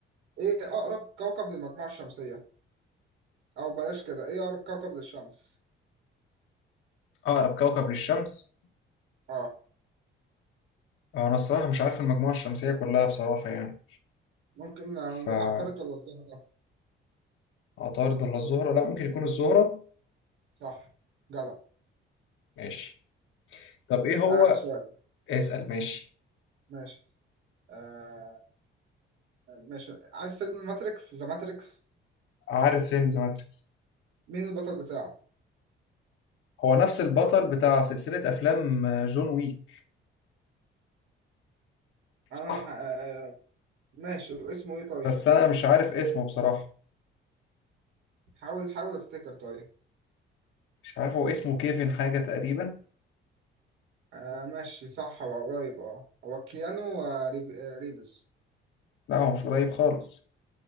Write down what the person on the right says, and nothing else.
ايه اقرب كوكب للمجموعة الشمسية او بلاش كده ايه اقرب كوكب للشمس
اه
ممكن آه،
نقول عطارد ولا الزهرة
صح جدع
ده اخر سؤال
ماشي آه ماشي عارف فيلم ماتريكس ذا ماتريكس
مين البطل بتاعه
انا
مع- آه ماشي اسمه ايه طيب
حاول حاول افتكر طيب
آه ماشي صح هو قريب اه هو كيانو آه، ريف- آه، ريفز